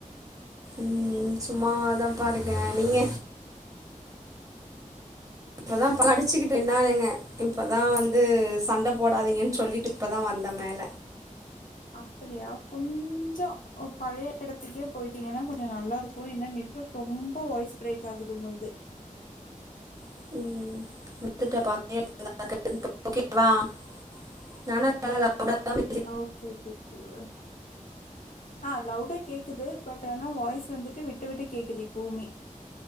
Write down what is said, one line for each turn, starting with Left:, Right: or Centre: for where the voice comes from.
Right: ம் சும்மா தா பா இருக்கே நீங்க இப்ப தா அடிச்சிக்கிட்டு நின்னானுங்க இப்பதா வந்து சண்டை போடாதீங்கன்னு சொல்லிட்டு இப்ப தா வந்த மேல
Left: அப்டியா கொஞ்சோ பழைய எடத்துக்கே போயிட்டீங்கன்னா கொஞ்ச நல்லா இருக்கு ஏன்னா நெட் ரொம்ப வாய்ஸ் ப்ரேக் ஆகுது உங்கள்து
Right: <inaudible> நானா <unintelligible> <inaudible>
Left: அ ஓகே ஓகே <unintelligible> அ லவுடா கேக்குது பட் ஆனா வாய்ஸ் வந்துட்டு விட்டு விட்டு கேக்குது இப்பவுமே